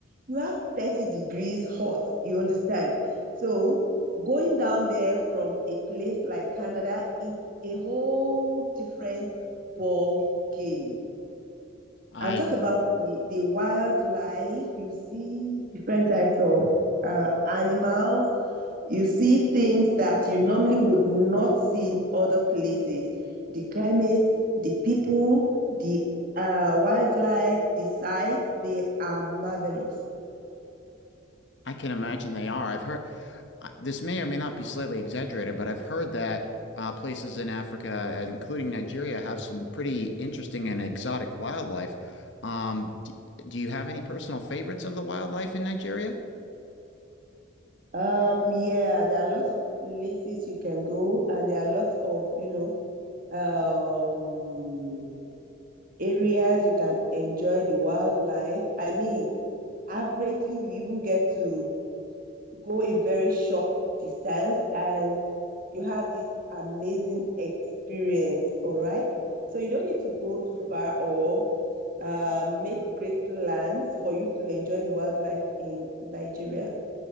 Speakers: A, on the right; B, on the left.
A: you have 30 degrees hot, you understand? So going down there from a place like Canada, it's a whole different ball game.
B: I
A: And talk about the, the wildlife, you see different types of uh, animals, you see things that you normally would not see in other places. The climate, the people, the uh, wildlife, the sites, they are marvelous.
B: I can imagine they are. I've heard I- this may or may not be slightly exaggerated, but I've heard that uh, places in Africa, uh, including Nigeria, have some pretty interesting and exotic wildlife. Um, d do you have any personal favorites of the wildlife in Nigeria?
A: Um, yeah, there are lots of places you can go, and there are lots of, you know, um, areas you can enjoy the wildlife. I mean, averagely, you even get to go a very short distance and you have this amazing experience. All right. So you don't need to go too far or uh, make great plans for you to enjoy the wildlife in Nigeria.